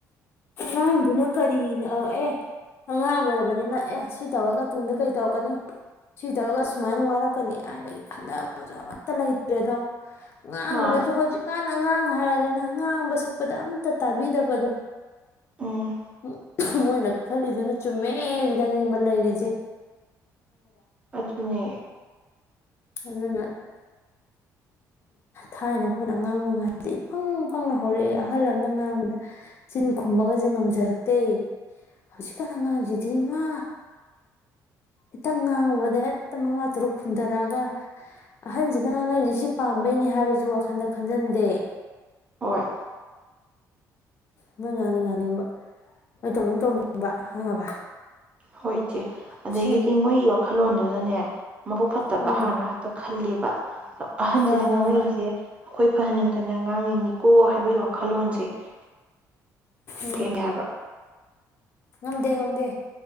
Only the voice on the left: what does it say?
ꯑꯉꯥꯡꯗꯨꯅ ꯀꯔꯤꯅ ꯑꯦ ꯑꯉꯥꯡ ꯑꯣꯏꯔꯕꯅꯤꯅ ꯑꯦ ꯁꯤ ꯇꯧꯔꯒ ꯇꯨꯡꯗ ꯀꯔꯤ ꯇꯧꯔꯛꯀꯅꯤ ꯁꯤ ꯇꯧꯔꯒ ꯁꯨꯃꯥꯏꯅ ꯋꯥꯔꯛꯀꯅꯤ ꯍꯥꯏꯕꯒꯤ ꯈꯟꯊꯕ ꯑꯃꯠꯇꯖꯨ ꯂꯩꯇ꯭ꯔꯦꯗꯣ ꯉꯥꯡꯉꯨꯔꯁꯨ
ꯍꯧꯖꯤꯛꯀꯥꯟ ꯑꯉꯥꯡ ꯍꯥꯏꯔꯗꯅ ꯉꯥꯡꯕ ꯁꯛꯄ ꯄꯗ ꯑꯝꯇ ꯇꯥꯕꯤꯗꯕꯗꯣ
<unintelligible> ꯃꯣꯏꯅ ꯈꯜꯂꯤꯗꯨꯅ ꯆꯨꯝꯃꯦ ꯁꯤꯗꯅꯤꯕ ꯂꯩꯔꯤꯖ‌ꯦ
ꯑꯗꯨꯅ ꯊꯥꯏꯅ ꯑꯩꯈꯣꯏꯅ ꯑꯉꯥꯡ ꯑꯣꯏꯉꯩꯗꯗꯤ ꯏꯄꯪ ꯄꯪꯅ ꯍꯧꯔꯛꯑꯦ ꯑꯍꯜ ꯑꯃꯅ ꯉꯥꯡꯕꯗ ꯆꯤꯟ ꯈꯨꯝꯕꯒꯁꯦ ꯉꯝꯖꯔꯛꯇꯦ ꯍꯧꯖꯤꯛꯀꯥꯟ ꯑꯉꯥꯡꯁꯤꯗꯤ ꯏꯃꯥ ꯈꯤꯇꯪ ꯉꯥꯡꯨꯕꯗ ꯍꯦꯛꯇ ꯃꯉꯥ ꯇꯔꯨꯛ ꯈꯨꯝꯊꯔꯛꯑꯒ ꯑꯍꯟꯁꯤꯅ ꯉꯥꯡꯉꯛꯏꯁꯤ ꯁꯤ ꯄꯥꯝꯕꯩꯅꯦ ꯍꯥꯏꯕꯁꯨ ꯋꯥꯈꯜꯗ ꯈꯟꯖꯟꯗꯦ
ꯅꯣꯏ ꯉꯥꯡꯅꯤꯡ ꯉꯥꯡꯅꯤꯡꯕ ꯅꯣꯏ ꯇꯧꯅꯤꯡ ꯇꯧꯅꯤꯡꯕ ꯈꯪꯉꯕ
ꯁꯤ
ꯎꯝ
ꯍꯣꯏ ꯍꯣꯏ
ꯍꯣꯏ
ꯎꯝ
ꯉꯝꯗꯦ ꯉꯝꯗꯦ